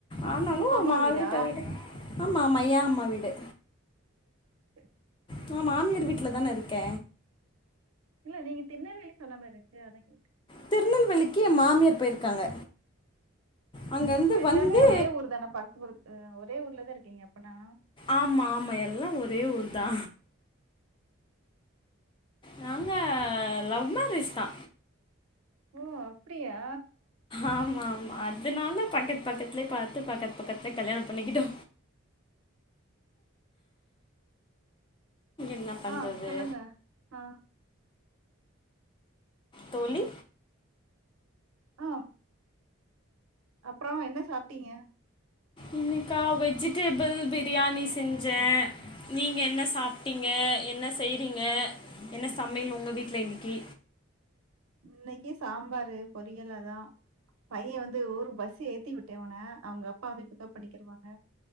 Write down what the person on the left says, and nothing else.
ஆனாலு
ஒரு
மாதிரி
டயடா ஆமா ஆமா ஏ அம்மா வீடு
நா மாமியார் வீட்ல தான இருக்க
திருநெல்வேலிக்கு ஏ மாமியார் போயிருக்காங்க அங்கேருந்து
வந்து
ஆமா ஆமா எல்லா ஒரே ஊர் தா நாங்க லவ் மேரேஜ் தா
ஆமா ஆமா அதுனால பக்கத் பக்கத்துலயே பாத்து பக்கத்து பக்கத்துலயே கல்யாணோ பண்ணிக்கிட்டோ என்ன பண்ணுறது
தோழி
இன்னிக்கா வெஜிடேபுள் பிரியாணி செஞ்சே நீங்க என்ன சாப்பிட்டீங்க என்ன செய்றீங்க என்ன சமையல் உங்க வீட்ல இன்னக்கி